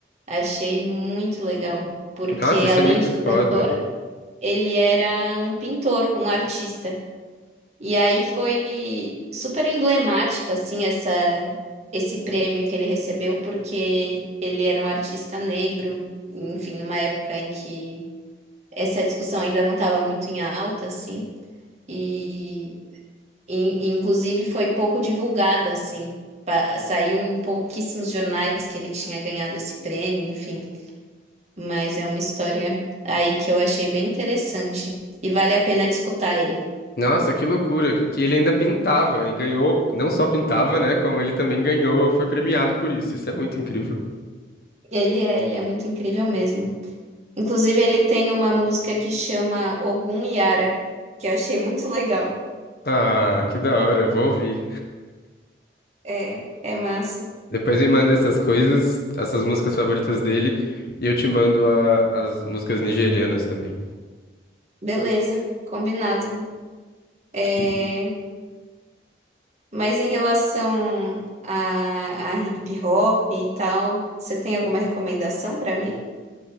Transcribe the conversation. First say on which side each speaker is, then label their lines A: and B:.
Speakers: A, on the right; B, on the left.
A: Achei muito legal, porque
B: Nossa, isso
A: além
B: é muito
A: de cantor,
B: foda.
A: ele era um pintor, um artista. E aí foi super emblemática, assim, essa, esse prêmio que ele recebeu, porque ele era um artista negro enfim, numa época em que essa discussão ainda não estava muito em alta, assim, e, e- e, inclusive foi pouco divulgada, assim. Pa- Saiu em pouquíssimos jornais que ele tinha ganhado esse prêmio, enfim. Mas é uma história aí que eu achei bem interessante e vale a pena de escutar ele.
B: Nossa, que loucura, que que ele ainda pintava e ganhou, não só pintava, né, como ele também ganhou, foi premiado por isso. Isso é muito incrível.
A: Ele é, ele é muito incrível mesmo. Inclusive, ele tem uma música que chama Ogum Yara, que eu achei muito legal.
B: Ah, que da hora, eu vou ouvir.
A: É, é massa.
B: Depois me manda essas coisas, essas músicas favoritas dele, e eu te mando a- as músicas nigerianas também.
A: Beleza, combinado. É,
B: E-
A: Mas em relação a, a hip hop e tal, você tem alguma recomendação pra mim?